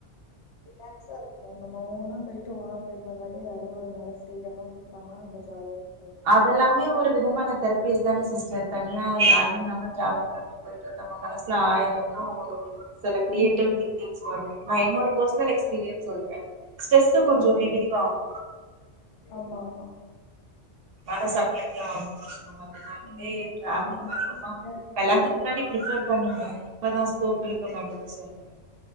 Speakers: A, on the left; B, on the right.
A: ரிலாக்ஸா இருக்கு நம்ம ஓனா போயிட்டு ஓனா போயிட்டு வந்தாலே அதே ஒரு நல்ல ஃப்ரீடமா கொடுத்தாங்கனா ரொம்ப ஜாலியா இருக்கு
B: அதெல்லாமே ஒரு விதமான தெரப்பிஸ் தானே சிஸ்டர் தனியா யாரு இல்லாமா டிராவல் பண்ணி போய்ட்டு நம்ம மனசுல ஆயிர இது ஓடு சில கிரியேட்டிவிட்டி
A: ம்
B: திங்கிங்ஸ் வரு ஆ என்னோட பெர்சனல் எக்ஸ் பிரியன்ஸ் சொல்றே ஸ்ட்ரெஸ் கொஞ்ச
A: ம்
B: ரிலீவ்
A: ம்
B: ஆகு
A: ஆமா ஆமா
B: மனசு அமைதியா ஆகு இந்த மாதி இந்த மாதிரி
A: ஆமா
B: ட்ராவெல்லிங்
A: நம்மளுக்கு
B: அதிகமா
A: ஃப்ரீயா இருக்கு
B: கல்யாணத்துக்கு முன்னாடி ப்ரிஃபெர் பண்ணுங்க இப்பதா ஸ்கோப் இருக்க மாட்டுது சொல்லுங்க